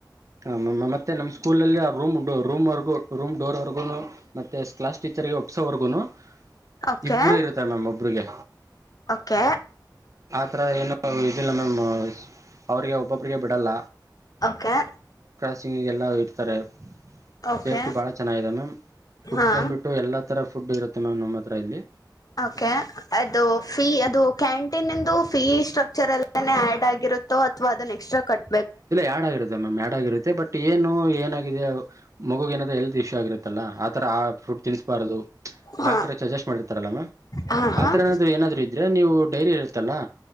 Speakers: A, on the right; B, on the left.
A: ಹ ಮತ್ತೆ ನಮ್ ಸ್ಕೂಲ್ ಅಲ್ಲಿ ಆ ರೂಮ್ ರೂಮ್ವರೆಗೂ ರೂಮ್ ಡೋರ್ ವರ್ಗೂನು ಮತ್ತೆ ಕ್ಲಾಸ್ ಟೀಚರ್ಗೆ ಒಪ್ಸೋವರ್ಗುನು
B: ಓಕೆ
A: ಇಬ್ಬರು ಇರುತ್ತೆ ಮ್ಯಾಮ್ ಒ ಹಡುಗೆ
B: ಓಕೆ
A: ಹತ್ರರ ಏನು ಇದಿಲ್ಲ ಮ್ಯಾಮ್ ಅವಿಗೆ ಒಬ್ಬೊಬಿಗೆ ಬಿಡಲ್ಲ
B: ಓಕೆ
A: ಲ್ಲ ಇರ್ತಾರೆ
B: ಓಕೆ
A: ಸೇಫ್ಟಿ ಬಹಳ ಚೆನ್ನಾಗಿದೆ ಮ್ಯಾಮ್ ಫುಡ್
B: ಹಾ
A: ಬಂದ್ಬಿಟ್ಟು ಎಲ್ಲ ತರ ಫುಡ್ ಇರುತ್ತೆ ಮ್ಯಾಮ್ ನಮ್ಮ ಹತ್ರ ಇಲ್ಲಿ
B: ಕೆ ಅದು ಫೀ ಅದು ಕ್ಯಾಂಟೀನ್ಂದು ಫೀ ಸ್ಟ್ರಕ್ಚರ್ ಅಲ್ಲೇ ಆಡ್ ಆಗಿರುತ್ತೋ ಅಥವಾ ಅದನ್ನು ಎಕ್ಸ್ಟ್ರಾ ಕಟ್ಟ
A: ಇಲ್ಲ ಯಡ ಆಗರುತ್ತೆ ಮ್ಯಾಮ್ ಯಡ ಆಗರುತ್ತೆ ಬಟ್ ಏನು ಏನಾಗಿದೆ ಮಗು ಏನ ಎ ೀಕ್ಷ ಆಗಿರುತ್ತಲ್ಲ ಆತರ ಆ ಫ್ರೂಟ್ ತಿನ್ಿಸ್ಬಾರದು
B: ಹಾ
A: ಡಾಕ್ಟ್ರ ಸಜೆಸ್ಟ್ ಮಾಡಿರ್ತಾರಲ್ಲ ಮಾಮ್
B: ಹಾಂ ಹಾಂ
A: ಆತರ ಏನಾದ್ರರು ಏನಾದ್ರು ಇದ್ರೆ ನೀವು ಡೈರಿ ಇರತ್ತಲ್ಲಾ